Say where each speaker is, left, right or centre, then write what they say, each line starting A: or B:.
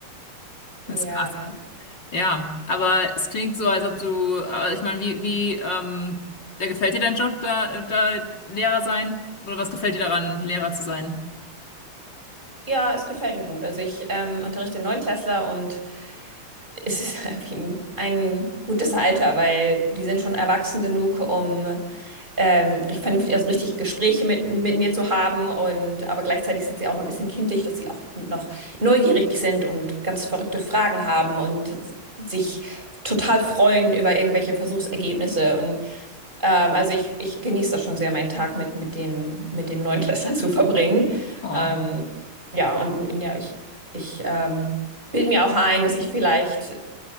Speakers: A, on the right; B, on the left.
A: Ja.
B: Das ist krass. Ja, aber es klingt so, als ob du, äh, ich meine, wie, wie, ähm, da gefällt dir dein Job, da, da Lehrer sein? Oder was gefällt dir daran, Lehrer zu sein?
A: Ja, es gefällt mir gut. Also ich ähm, unterrichte Neunklässler und es ist <laughs> irgendwie ein, ein gutes Alter, weil die sind schon erwachsen genug, um ähm, ri- vernünftig, also richtig Gespräche mit, mit mir zu haben und aber gleichzeitig sind sie auch noch ein bisschen kindlich, dass sie auch noch neugierig sind und ganz verrückte Fragen haben und sich total freuen über irgendwelche Versuchsergebnisse. Ähm, also ich, ich genieße das schon sehr, meinen Tag mit, mit den, mit den Neunklässlern <laughs> zu verbringen.
B: Oh.
A: Ähm, ja, und ja, ich, ich ähm, bild mir auch ein, dass ich vielleicht